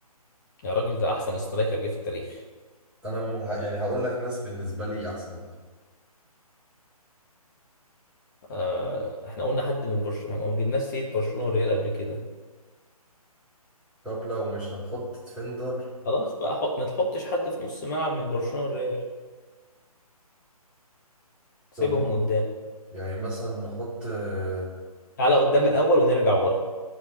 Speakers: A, on the left; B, in the centre.
A: يا راجل ده أحسن سترايكر جه في التاريخ
B: انا مو ه... يعني هقول لك ناس بالنسبه لي احسن يعني
A: آه إحنا قلنا حد من برشلونة ما جبناش سيرة برشلونة والريال قبل كده
B: طب لو مش هنحط ديفندر
A: خلاص بقى حط... ما تحطش حد في نص ملعب من برشلونة والريال سيبهم
B: طب مين
A: قدام
B: يعني مثلا نحط آه،
A: تعالى قدام الأول ونرجع ورا